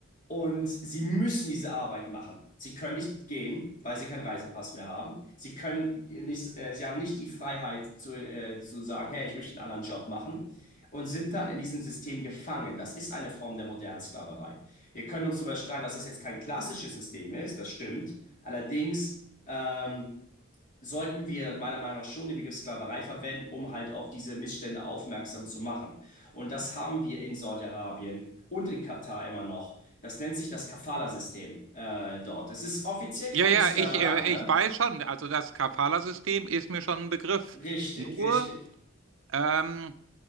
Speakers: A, on the left; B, on the right.
A: Und sie müssen diese Arbeit machen. Sie können nicht gehen, weil sie keinen Reisepass mehr haben. Sie können nicht, äh, sie haben nicht die Freiheit zu, äh, zu sagen, hey, ich möchte einen anderen Job machen und sind dann in diesem System gefangen. Das ist eine Form der modernen Sklaverei. Wir können uns darüber streiten, dass das jetzt kein klassisches System ist, das stimmt. Allerdings, ähm, sollten wir meiner Meinung nach schon den Begriff Sklaverei verwenden, um halt auf diese Missstände aufmerksam zu machen. Und das haben wir in Saudi-Arabien und in Katar immer noch. Das nennt sich das Kafala-System äh, dort. Es ist offiziell
B: Ja,
A: keine
B: ja,
A: Sklaverei,
B: ich, äh,
A: ne?
B: ich weiß schon, also das Kafala-System ist mir schon ein Begriff.
A: Richtig,
B: Nur,
A: richtig.
B: ähm,